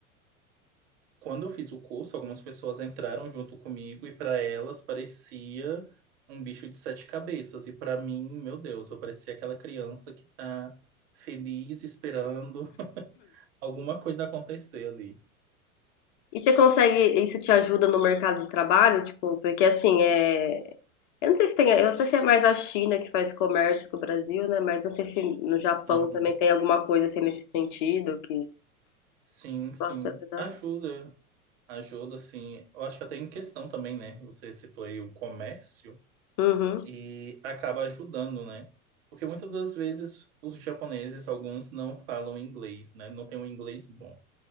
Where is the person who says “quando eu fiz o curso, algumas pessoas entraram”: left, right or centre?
Right